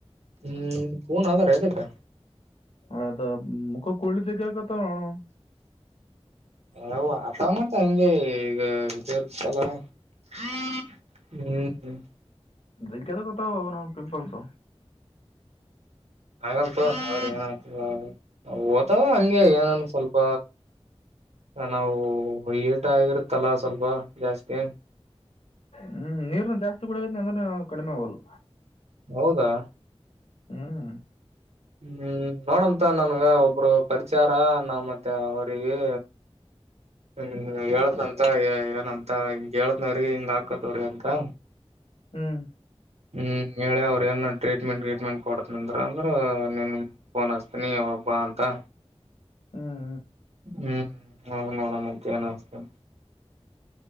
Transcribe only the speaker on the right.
ಹ್ಮ್ ಕೂನ್ ಆದರೆ ಅದಕಾ
ಹೆ ಆವ್ ಅತವ್ ಮತ್ತ್ ಹಂಗೆ ಈಗಾ ಇದ ಇರ್ತಾಲಾ ಹ್ಮ್
ಆಗತೊ ಅದರ್ ಎನ್ ಆತದ ಓತಾವ ಹಂಗೆ ಏನನ್ ಸ್ವಲ್ಪ ನಾವು ಈಟ ಆಾಗಿರತ್ತಲ್ಲ ಸ್ವಲ್ಪ ಜಾಸ್ತಿ
ಹೌದಾ
ಹ್ಮ್ ನೋಡಂತೊ ನನ್ಗ ಒಬ್ರು ಪರಚಯ್ ಹರಾ ನಾ ಮತ್ ಅವ್ರಿಗಿ ಹ್ಮ್ ಹೇಳತ್ಂತಾ ಏ ಏನಂತ ಕೇಳ್ಕಾರಿ ಹಿಂಗ ಆಕ್ಕಾತಾವರಿ ಅಂತಾ
ಹ್ಮ್ ಹೇಳಿ ಅವ್ರ ಏನ್ ಟ್ರೀಟ್ಮೆಂಟ್ ಗ್ರಿಟ್ಮೆಂಟ್ ಕೊಡತನಂದ್ರ ಅಂದ್ರ ನಿನಗ ಫೋನ್ ಹಸ್ತೀನಿ ಯಾವಾಗ ಬಾ ಅಂತಾ
ಹ್ಮ್ ಅವಾಗ ನೋಡಮ್ ಮತ್ತ್ ಎನ್ ಅನಸ್ತ